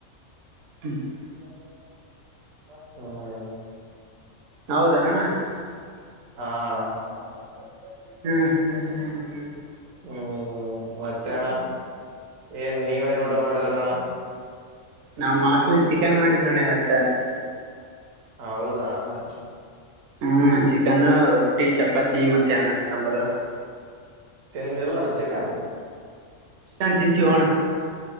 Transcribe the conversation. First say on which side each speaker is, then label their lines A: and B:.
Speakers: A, on the right; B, on the right.
A: <unintelligible>
B: <inaudible> ಹ ಹ <inaudible> <unintelligible>
A: ಹೌದ ಏನ್ ಅಣ್ಣಾ? <unintelligible>
B: ಹಾ ಅಣ್ಣಾ. <inaudible> <unintelligible>
A: ಹ್ಮ್ ಹ್ಮ್ ಹ್ಮ್ ಹ್ಮ್
B: ಹೂ ಮತ್ತೆ ಅಣ್ಣಾ ಏನ್ ನೀವೇನ್ ಊಟ ಮಾಡಿದರ ಅಣ್ಣಾ. <unintelligible>
A: ನಮ್ಮ ಹಾಸ್ಟಲಲ್ಲಿ ಚಿಕನ್ ಮಾಡಿದರ ಅಣ್ಣಾ ಇವತ್ತ. <unintelligible>
B: ಹೌದಾ ಅಣ್ಣಾ. <unintelligible>
A: ಹೂ ಚಿಕನ್ ರೊಟ್ಟಿ ಚಪಾತಿ ಮತ್ತೆ ಅನ್ನ ಸಾಂಬಾರು. <unintelligible>
B: ತಿಂ ಇಲ್ಲ ಅಣ್ಣಾ ಚಿಕನ್. <unintelligible>
A: ಚಿಕನ್ ತಿಂತೀವೂ ಅಣ್ಣಾ. <unintelligible>